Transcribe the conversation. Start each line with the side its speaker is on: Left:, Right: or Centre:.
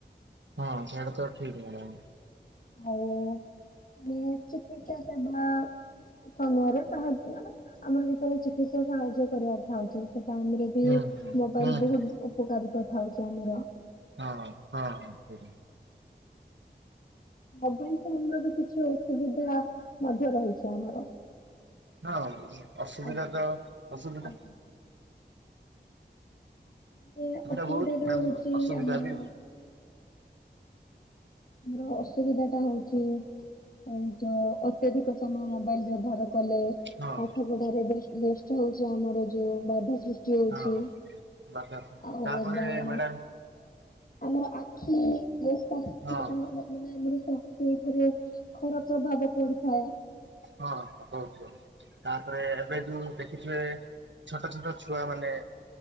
Right: ହଁ ସେଟା ତ ଠିକ ମ୍ୟାଡାମ୍।
Left: ଆଉ <unintelligible> ନେ ସାଙ୍ଗରେ ସାହା, ମାନେ ଆମର ଭିତରେ ଚିକିତ୍ସା ସାହାଯ୍ୟ କରିବାର ଥାଉଚି। ସେ ଟାଇମ୍ ରେ ବି
Right: ହୁଁ ହୁଁ
Left: ମୋବାଇଲ୍
Right: ହୁଁ
Left: ବହୁତ
Right: ହୁଁ
Left: ଉପକାରିତା ଥାଉଚି ଆମର।
Right: ହଁ ହଁ ସେଇଟା।
Left: ମୋବାଇଲ ଫୋନ ର ବି କିଛି ଅସୁବିଧା ମଧ୍ୟ ରହିଚି ଆମର।
Right: ହଁ ଅସୁବିଧା
Left: ଆଜ୍ଞା
Right: ତ ଅସୁବିଧା।
Left: ଆଜ୍ଞା। ମାନେ
Right: ଘଟିଲା
Left: ଅସୁବିଧାଟା
Right: ବହୁତ ମ୍ୟାମ
Left: ହୋଉଚି
Right: ଅସୁବିଧା
Left: ଆମର
Right: ବି
Left: ମୋର ଅସୁବିଧା ଟା ହୋଉଚି <unintelligible> ଅତ୍ୟଧିକ ସମୟ ମୋବାଇଲ ବ୍ୟବହାର କଲେ।
Right: ହଁ
Left: ପାଠ ପଢାରେ ବେଷ୍ଟ୍ ବେଷ୍ଟ୍ ହୋଉଚି ଆମର ଯୋଉ ବାଧା ସୃଷ୍ଟି ହୋଉଚି।
Right: ହଁ ବାପା
Left: ଆଉ
Right: ତାପରେ
Left: ବ୍ୟବହାରରେ
Right: ମ୍ୟାଡାମ
Left: ଆମର ଆଖି <unintelligible>
Right: ହୁଁ
Left: ମାନେ ଆମର ସ୍ଵାସ୍ଥ୍ୟ ଉପରେ ଖରାପ ପ୍ରଭାବ ପଡିଥାଏ।
Right: ହଁ ହଁ <unintelligible> ତାପରେ ଏବେ ଯୋଉ ଦେଖିଥିବେ ଛୋଟ ଛୋଟ ଛୁଆ ମାନେ